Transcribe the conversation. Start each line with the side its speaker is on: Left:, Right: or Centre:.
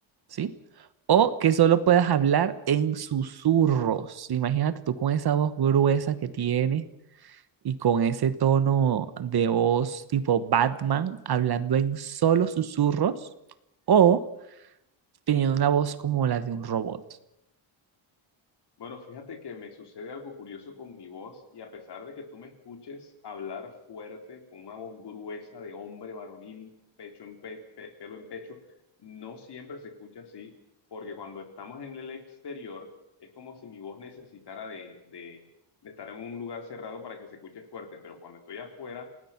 Right: ¿sí? O que solo puedas hablar en susurros. Imagínate tú con esa voz gruesa que tienes y con ese tono de voz tipo Batman hablando en solo susurros o teniendo una voz como la de un robot.
Left: Bueno, fíjate que me sucede algo curioso con mi voz y a pesar de que tú me escuches hablar fuerte con una voz gruesa de hombre varonil, pecho en pe- pe- pelo en pecho, no siempre se escucha así, porque cuando estamos en el exterior es como si mi voz necesitara de, de- de estar en un lugar cerrado para que se escuche fuerte, pero cuando estoy afuera,